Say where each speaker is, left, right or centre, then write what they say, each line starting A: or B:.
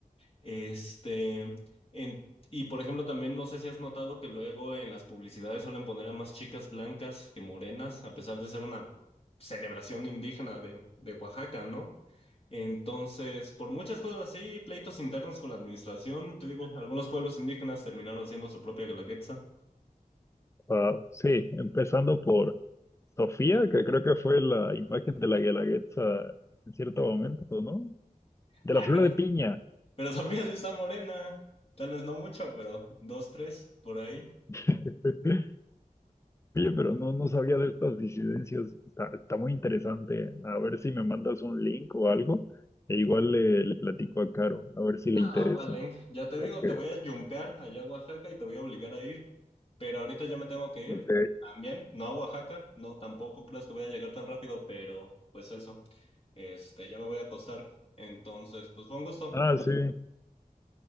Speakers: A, on the left; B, on the left.
A: Este, en- y por ejemplo, también no sé si has notado que luego en las publicidades suelen poner a más chicas blancas que morenas, a pesar de ser una celebración indígena de, de Oaxaca, ¿no? Entonces, por muchas cosas así, pleitos internos con la administración, te digo, algunos pueblos indígenas terminaron haciendo su propia guelaguetza.
B: Wow, sí, empezando por Sofía, que creo que fue la imagen de la Guelaguetza en cierto momento, ¿no? De
A: Ay,
B: la flor
A: pero,
B: de piña.
A: pero <laughs> sabías esa morena, tal vez no mucho, pero dos, tres, por ahí.
B: <laughs> Oye, pero no, no sabía de estas disidencias. Está, está muy interesante. A ver si me mandas un link o algo. E igual le, le platico a Caro, a ver si le
A: Ah,
B: interesa.
A: Valen, ya te
B: Porque,
A: digo, te voy a jumpear allá a Oaxaca y te voy a obligar a ir, pero ahorita ya me tengo que
B: ok.
A: ir también, no a Oaxaca, no tampoco creas que voy a llegar tan rápido, pero pues eso, este, ya me voy a acostar, entonces, pues fue un gusto,
B: Ah,
A: hablar,
B: sí,